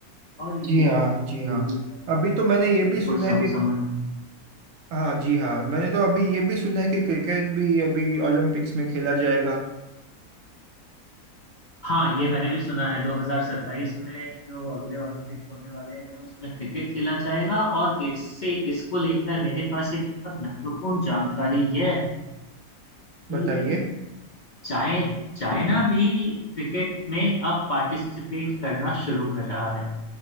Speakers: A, on the left; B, on the right.
A: और एक
B: जी
A: दूसरे
B: हाँ
A: में
B: जी हाँ
A: एक दूसरे के
B: अभी
A: साथ
B: तो मैंने
A: मैत्रीपूर्ण
B: ये भी सुना
A: सम-
B: है कि
A: संबंध
B: हाँ जी हाँ मैंने तो अभी ये भी सुना है कि क्रिकेट भी अभी ओलंपिक्स में खेला जाएगा
A: हाँ ये मैंने भी सुना है 2027 में जो अगले ओलंपिक्स होने वाले हैं उसमें क्रिकेट खेला जाएगा और इससे इसको लेकर मेरे पास एक बहुत महत्वपूर्ण जानकारी यह है
B: बताइए
A: कि चाइ चाइना भी क्रिकेट में अब पार्टिसिपेट करना शुरू कर रहा है